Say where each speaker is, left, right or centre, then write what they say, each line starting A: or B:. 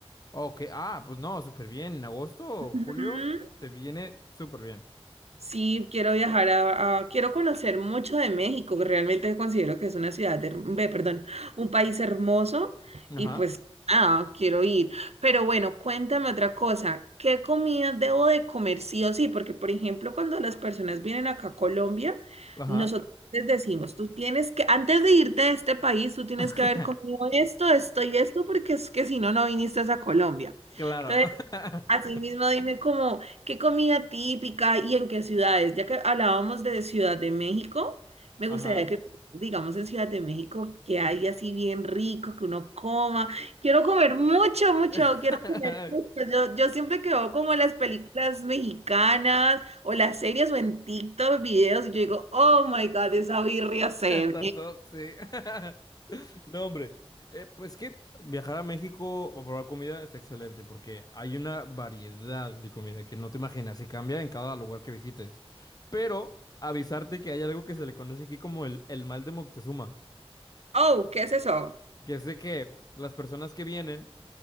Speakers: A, on the left; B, on the right.
A: Ok, ah, pues no, súper bien. En agosto,
B: Ujú.
A: o julio, te viene súper bien.
B: Sí, quiero viajar a, a- quiero conocer mucho de México, que realmente considero que es una ciudad, her- ve, perdón, un país hermoso
A: Ajá,
B: y pues, ah, quiero ir. Pero bueno, cuéntame otra cosa, ¿qué comida debo de comer sí o sí? Porque, por ejemplo, cuando las personas vienen acá a Colombia,
A: ajá.
B: nosotros les decimos, tú tienes que, antes de irte de este país, tú tienes
A: <laughs>
B: que haber comido esto, esto y esto, porque es que si no, no viniste a Colombia.
A: Claro.
B: Entonces,
A: <laughs>
B: Asimismo, dime como qué comida típica y en qué ciudades. Ya que hablábamos de Ciudad de México, me
A: Ajá.
B: gustaría que digamos en Ciudad de México que hay así bien rico, que uno coma. Quiero comer mucho, mucho,
A: <laughs>
B: quiero comer mucho. Yo, yo siempre que veo como las películas mexicanas o las series o en TikTok videos y yo digo, oh my God, esa birria se ve.
A: Tanto, sí. <laughs> No, hombre. Eh, pues que viajar a México a probar comida está excelente porque hay una variedad de comida que no te imaginas y cambia en cada lugar que visites. Pero avisarte que hay algo que se le conoce aquí como el, el mal de Moctezuma,
B: Oh, ¿qué es eso?
A: que es de que las personas que vienen,